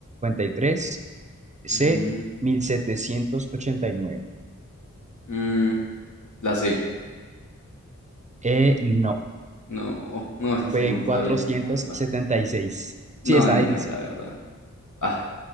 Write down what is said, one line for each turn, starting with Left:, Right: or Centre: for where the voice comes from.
Right: y tres C,
Left: ujú,
Right: mil setecientos ochenta y nueve
Left: mm, la C.
Right: Eh, no,
Left: No, no, esa sí
Right: fue
Left: no
Right: en cuatrocientos
Left: sabían, la verdad.
Right: setenta y seis
Left: No,
Right: Sí, está
Left: ni
Right: difícil.
Left: idea, la verdad. Ah,